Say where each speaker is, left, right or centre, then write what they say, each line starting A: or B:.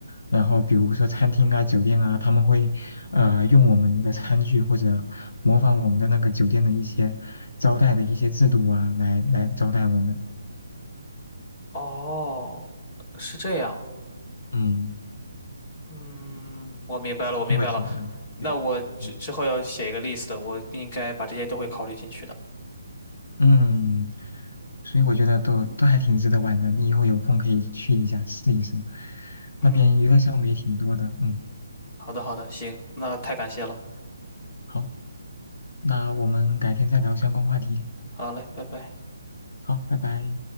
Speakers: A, on the left; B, on the left.
A: 然后比如说餐厅啊、酒店啊，他们会呃用我们的餐具或者模仿我们的那个酒店的一些招待的一些制度啊，来来招待我们，
B: 哦，是这样。
A: 嗯，
B: 嗯，我明白了，
A: 这些我听过的，
B: 我明白了。那我之之后要写一个
A: 对。嗯
B: list，我应该把这些都会考虑进去的。
A: 嗯，所以我觉得都都还挺值得玩的，你以后有空可以去一下试一试，
B: 嗯，
A: 那边娱乐项目也挺多的。嗯，
B: 好的，好的，行，那太感谢了。
A: 好，那我们改天再聊相关话题。
B: 好嘞，拜拜。
A: 好，拜拜。